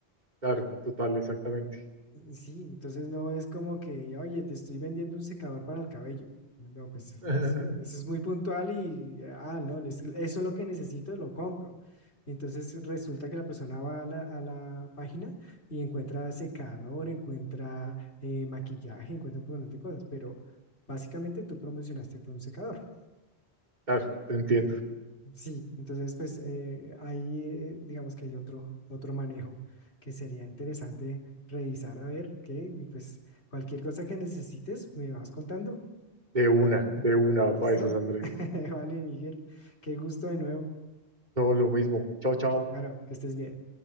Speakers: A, on the right; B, on the left.
A: claro, total, exactamente.
B: Sí, entonces no es como que, oye, te estoy vendiendo un secador para el cabello. No, pues es-
A: <laughs>
B: eso es muy puntual y, ah, no, les- eso es lo que necesito, lo compro. Entonces resulta que la persona va a la, a la página y encuentra secador, encuentra eh, maquillaje, encuentra un montón de cosas, pero básicamente tú promocionaste fue un secador.
A: Claro, te entiendo.
B: Sí, entonces pues eh, ahí eh, digamos que hay otro, otro manejo que sería interesante revisar a ver qué, y pues cualquier cosa que necesites me vas contando.
A: De una, de una,
B: ¿Listo?
A: para esas, Andrés.
B: <laughs> Vale, Miguel, qué gusto de nuevo.
A: Todo lo mismo. Chao, chao.
B: Bueno, que estés bien.